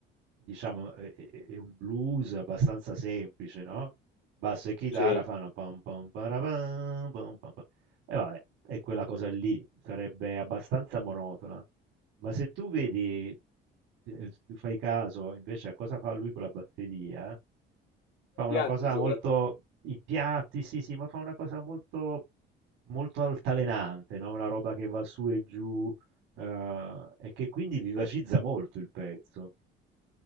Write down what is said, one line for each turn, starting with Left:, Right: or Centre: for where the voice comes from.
Right: diciamo, è, è- è un blues abbastanza semplice, no? Basso e chitarra
Left: sì.
Right: fanno pam pam parapam, pam pam pam. E vabbè, è quella cosa lì, sarebbe abbastanza monotona. Ma se tu vedi, eh, tu fai caso invece a cosa fa lui con la batteria, fa
Left: I
Right: una
Left: piatti
Right: cosa
Left: soprattutto.
Right: molto, i piatti, sì, sì, ma fa una cosa molto Molto altalenante, no, una roba che va su e giù, ehm, e che quindi vivacizza molto il pezzo.